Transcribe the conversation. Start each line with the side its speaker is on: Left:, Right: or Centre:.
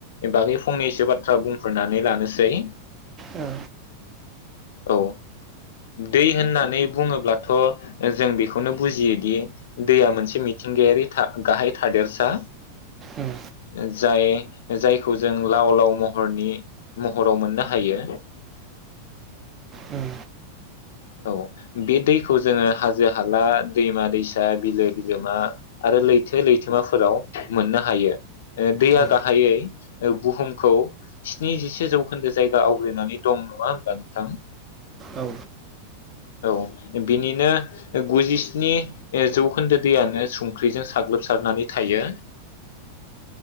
Left: बागै फंनैसो बाथ्रा बुंफोरनानै लानोसै।
Right: औ।
Left: औ दै होन्नानै बुङोब्लाथ जों बेखौनो बुजियोदि दैया मोनसे मिथिंगायारि थाख गाहाय थादेरसा
Right: उम
Left: ओ जाय जायखौ जों लाव लाव महरनि महराव मोन्नो हायो।
Right: उम।
Left: औ बे दैखौ जोङो हाजो हाला दैमा दैसा बिलो बिलोमा आरो लै थो लैथोमाफोराव मोन्नो हायो। ओ दैया
Right: औ
Left: गाहायै बुहुमखौ स्निजिसे जौखोन्दो जायगा आवग्रिनानै दं नङा होनबा नोंथां?
Right: औ।
Left: औ बिनिनो गुजिस्नि जौखोन्दो दैयानो संख्रिजों स साग्लोबसारनानै थायो।